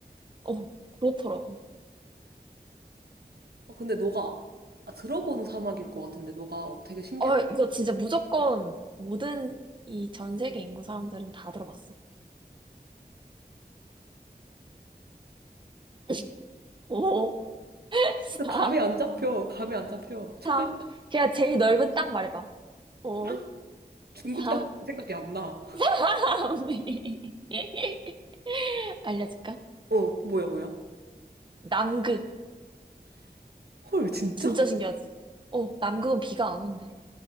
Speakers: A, on the right; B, on the right.
A: 어, 그렇더라고.
B: 아, 근데 너가 아, 들어본 사막일 것 같은데, 너가 어, 되게 신기했던
A: 어, 이거 진짜 무조건 모든 이 전 세계 인구 사람들은 다 들어봤어. <laughs> 오. <laughs> 4,
B: 나 감이 안 잡혀, 감이 안 잡혀. 첫
A: 3.
B: 글자,
A: 그냥 제일 넓은 땅 말해봐. 5,
B: 빵? 중국
A: 4,
B: 땅 생각이 안 나.
A: 3. <laughs> 알려줄까?
B: 어, 뭐야, 뭐야?
A: 남극.
B: 헐, 진짜?
A: 진짜 신기하지? 어, 남극은 비가 안 온대.